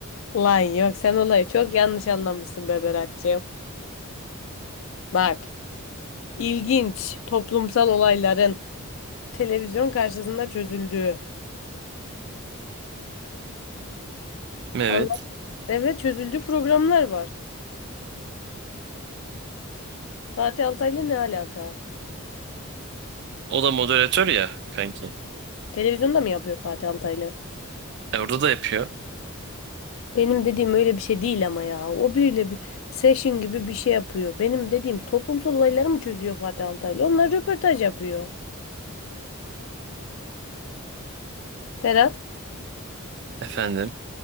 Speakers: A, on the left (about 60°); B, on the right (about 50°).
A: Lan yok sen olayı çok yanlış anlamışsın be Berat'cığım. Bak ilginç toplumsal olayların televizyon karşısında çözüldüğü.
B: Evet.
A: Anlat evet çözüldüğü programlar var. Fatih Altaylı ne alaka?
B: O da moderatör ya kanki.
A: Televizyonda mı yapıyor Fatih Altaylı?
B: E, orada da yapıyor.
A: Benim dediğim öyle bir şey değil ama ya. O biriyle bir session gibi bir şey yapıyor. Benim dediğim toplumsal olayları mı çözüyor Fatih Altaylı? Onlar röportaj yapıyor. Berat,
B: Efendim.